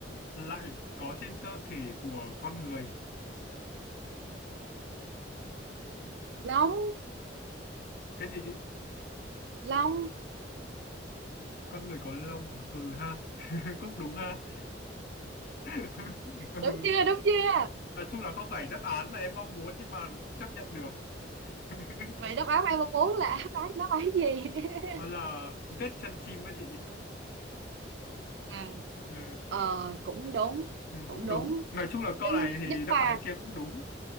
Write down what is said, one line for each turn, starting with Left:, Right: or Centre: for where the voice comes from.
Left: lại có trên cơ thể của con người
Right: long
Left: cái gì chị
Right: long
Left: con người có lông hả? ừ ha <laughs> cũng đúng ha <laughs> ừ
Right: đúng chưa đúng chưa
Left: nói chung là không phải đáp án mà em mong muốn nhưng mà chấp nhận được <laughs>
Right: vậy đáp án em mong muốn là đáp án đáp án gì <laughs>
Left: đó là vết chân chim đó chị
Right: à,
Left: ừ.
Right: ờ cũng đúng
Left: ừ, cũng
Right: cũng đúng
Left: đúng nói chung là câu
Right: nhưng
Left: này thì
Right: nhưng
Left: đáp
Right: mà
Left: án kia cũng đúng